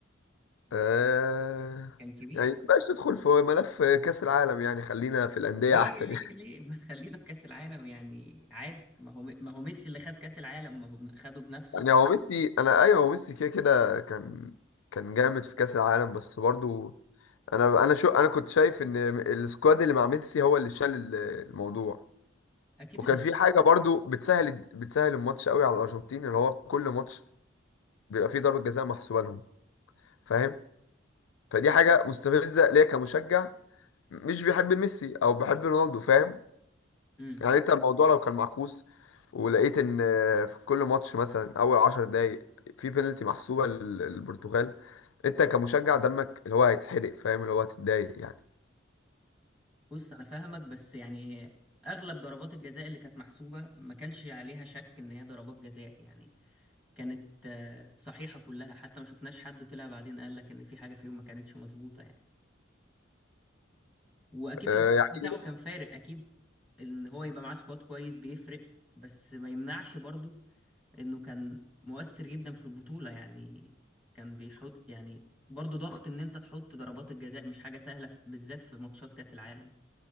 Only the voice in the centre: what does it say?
كان كبير
ليه
ليه
ليه <laughs> ما تخلينا في كأس العالم يعني عادي ما هو ما هو ميسي اللي خد كأس العالم ما هو خده بنفسه
اكيد
اللي شاط
امم
بص انا فاهمك بس يعني اغلب ضربات الجزاء اللي كانت محسوبة ما كانش عليها شك ان هي ضربات جزاء يعني كانت آه، صحيحة كلها حتى ما شفناش حد طلع بعدين قال لك ان في حاجة فيهم ما كانتش مظبوطة يعني واكيد
السكواد
بتاعه كان فارق اكيد ان هو يبقى معاه سكواد كويس بيفرق بس ما يمنعش برضو انه كان مؤثر جدا في البطولة يعني كان بيحط يعني برضه ضغط ان انت تحط ضربات الجزاء مش حاجة سهلة في- بالذات في ماتشات كأس العالم